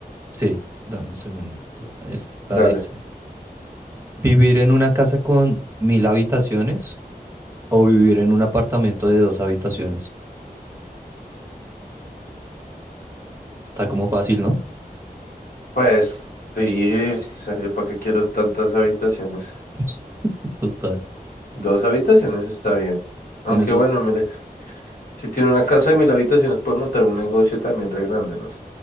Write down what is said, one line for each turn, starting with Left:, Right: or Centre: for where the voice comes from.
Right: Sí, dame un segundito. Está,
Left: Dale.
Right: dice, ¿vivir en una casa con mil habitaciones o vivir en un apartamento de dos habitaciones? Está como fácil, ¿no?
Left: Pues, sí, o sea, yo para qué quiero tantas habitaciones.
Right: <laughs> Total,
Left: Dos habitaciones está bien.
Right: con
Left: Aunque
Right: eso.
Left: bueno, mire, si tiene una casa de mil habitaciones, puede montar un negocio también re grande, ¿no?